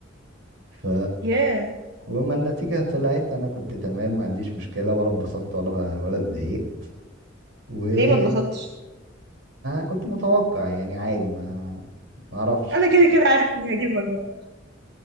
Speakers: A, on the right; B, on the right.
A: ف
B: ياه
A: وما النتيجه طلعت انا كنت تمام ما عنديش مشكله ولا اتبسطت ولا ولا اتضايقت وما
B: ليه ما اتبسطتش
A: كنت متوقع يعني عادي ما ما اعرفش
B: انا كده كده عارف اني هجيب مجموع